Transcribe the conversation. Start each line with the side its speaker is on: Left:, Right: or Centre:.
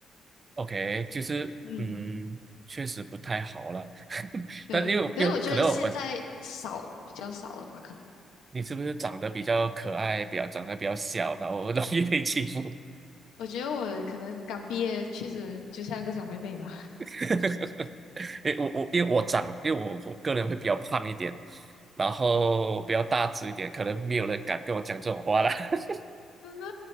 Right: ，OK，就是嗯，
Left: 嗯，
Right: 确实不太好了。<laughs>
Left: 对，
Right: 但是因为我因为可能我本
Left: 可是我觉得现在少比较少了吧？可能
Right: 你是不是长得比较可爱，比较长得比较小，然后容易被欺负？
Left: 我觉得我可能刚毕业，确实就像一个小妹妹吧。
Right: <laughs> 因为我我因为我长，因为我我个人会比较胖一点，然后比较大只一点，可能没有人敢跟我讲这种话啦。<laughs>
Left: 真的，